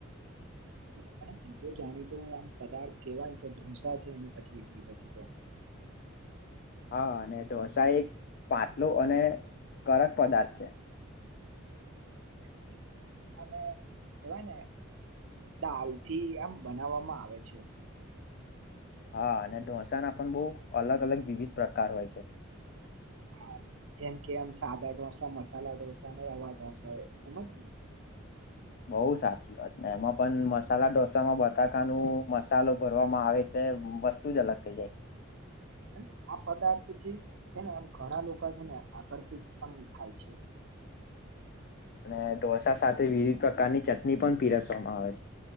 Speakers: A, on the right; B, on the left.
A: <inaudible> <inaudible> બીજું જાણી તું આમ પદાર્થ કેવાય તો ઢોસા છે એ પછી ઇડલી પછી તો. <inaudible> <inaudible>
B: હા અને ઢોસા એક પાટલૂ અને કડક પદાર્થ છે.
A: <inaudible> <inaudible> કેવાય ને દાલથી આમ બનાવામાં આવે છે.
B: હા અને ઢોસાના પણ બહુ અલગ અલગ વિવિધ પ્રકાર હોય છે.
A: હા જેમ કે આમ સાદા ઢોસા, મસાલા ઢોસા, અને રવા ઢોસા એમ જ ને?
B: બહુ સાચી વાત ને એમાં પન મસાલા ઢોસામાં બટાકાનું મસાલો ભરવામાં આવે તે વસ્તુ જ અલગ થઈ જાય.
A: <inaudible> અને આ પદાર્થ જે છે ને આમ ઘણા લોકા છે ને આકર્ષિત આમ થાય છે.
B: અને ઢોસા સાથે વિવિધ પ્રકારની ચટની પન પીરસવામાં આવે છે.